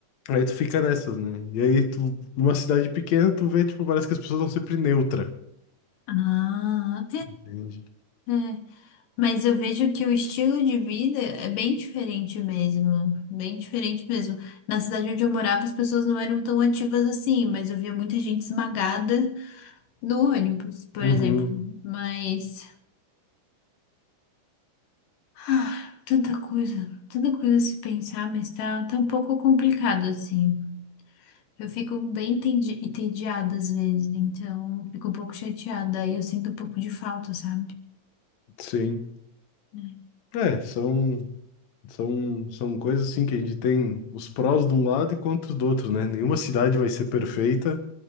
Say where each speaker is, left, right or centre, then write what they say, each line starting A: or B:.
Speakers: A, on the left (about 65°); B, on the left (about 80°).
A: Aí tu fica nessas, né? E aí tu, numa cidade pequena, tu vê, tipo, parece que as pessoas estão sempre neutra.
B: Ah,
A: Entende?
B: é, é. Mas eu vejo que o estilo de vida é bem diferente mesmo, bem diferente mesmo. Na cidade onde eu morava, as pessoas não eram tão ativas assim, mas eu via muita gente esmagada no ônibus, por
A: Uhum,
B: exemplo. Mas ah, tanta coisa, tanta coisa a se pensar, mas tá, tá um pouco complicado assim. Eu fico bem entendi- entediada às vezes, então fico um pouco chateada, aí eu sinto um pouco de falta, sabe?
A: sim.
B: É,
A: É, são, são, são coisas assim que a gente tem os prós de um lado e contras do outro, né? Nenhuma cidade vai ser perfeita.